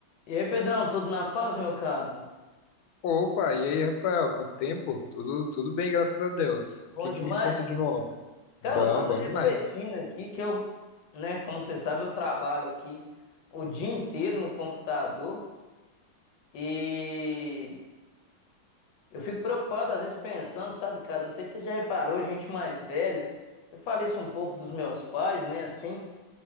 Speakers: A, on the left; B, on the left.
A: E aí, Pedrão, tudo na paz, meu caro?
B: Opa, e aí, Rafael? Quanto tempo? Tudo, tudo bem, graças a Deus.
A: Bom
B: O que
A: demais?
B: que me conta de novo? Bom,
A: Cara, eu tava
B: bom
A: refletindo
B: demais.
A: aqui que eu, né, como você sabe, eu trabalho aqui o dia inteiro no computador e eu fico preocupado às vezes pensando, sabe, cara, não sei se você já reparou, gente mais velha, eu falei isso um pouco dos meus pais, né, assim,